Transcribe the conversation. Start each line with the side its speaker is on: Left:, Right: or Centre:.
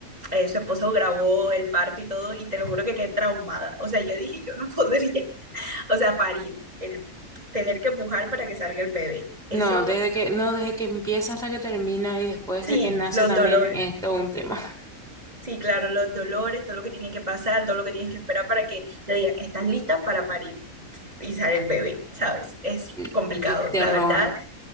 Right: eh, su esposo grabó el parto y todo, y te lo juro que quedé traumada. O sea, yo dije, yo no <laughs> podría, o sea, parir, el tener que pujar para que salga el bebé. Eso,
Centre: No, desde que, no, desde que empieza hasta que termina y después
Right: sí,
Centre: de que nace
Right: los
Centre: también
Right: dolores.
Centre: es todo un tema.
Right: Sí, claro, los dolores, todo lo que tiene que pasar, todo lo que tienes que esperar para que te digan, estás lista para parir y sale el bebé, ¿sabes? Es
Centre: <laughs>
Right: complicado,
Centre: Yo, terror.
Right: la verdad.